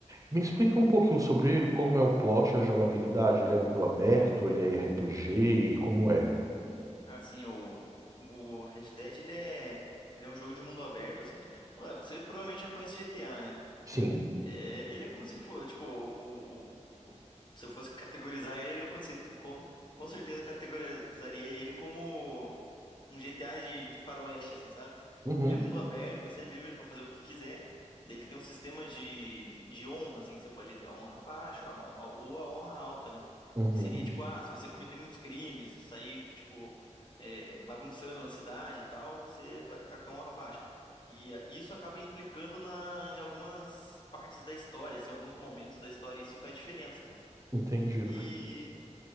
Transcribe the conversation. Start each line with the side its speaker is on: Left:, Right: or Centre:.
Right: Me explica um pouquinho sobre ele, como é o plot e a jogabilidade. Ele é mundo aberto, ele é RPG, e como é?
Left: Ah, sim, o, o Red Dead, ele é, ele é um jogo de mundo aberto, assim. Ué, você provavelmente já conhece GTA, né?
Right: Sim.
Left: É, ele é como se for, tipo, o, o- o- se eu fosse categorizar ele, eu com, com com certeza categorizaria ele como um GTA de, de faroeste, assim, sabe?
Right: Uhum.
Left: Ele é mundo aberto, você é livre pra fazer o que quiser. Ele tem um sistema de, de honra, assim, que você pode ter a honra baixa a honra- ou a honra alta, né?
Right: Uhum.
Left: Que seria tipo, ah, se você cometer muitos crimes, sair, tipo, é, bagunçando na cidade e tal, você vai ficar com a honra baixa. E a- isso acaba implicando na, em algumas partes da história, assim, alguns momentos da história, e isso faz diferença, cara.
Right: Entendido.
Left: E